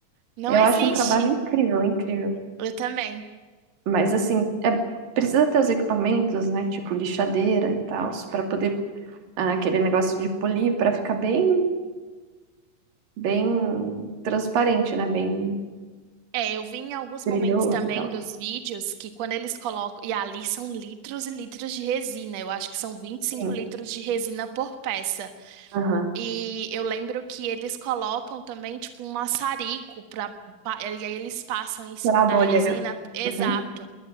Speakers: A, on the right; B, on the right.
A: Não
B: Eu
A: existe.
B: acho um trabalho incrível, incrível.
A: Eu também.
B: Mas assim, é, precisa ter os equipamentos, né? Tipo lixadeira e tal, para poder ah, aquele negócio de polir para ficar bem bem transparente, né? Bem
A: É, eu vi em alguns
B: brilhoso
A: momentos também
B: e tal.
A: dos vídeos que quando eles colocam. E ali são litros e litros de resina. Eu acho que são vinte
B: Sim,
A: e cinco litros de resina por peça.
B: aham.
A: E eu lembro que eles colocam também, tipo, um maçarico pra. pa- E aí eles passam em cima
B: Pra
A: da
B: bolha.
A: resina, exato,
B: Uhum.